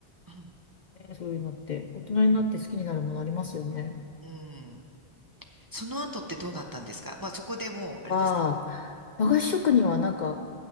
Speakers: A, on the right; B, on the left.
A: うん。
B: ねそういうのって、大人になって好きになるものありますよね。
A: うん。その後ってどうなったんですかまあそこでもう、
B: は、
A: あれですか
B: 和菓子職人はなんか、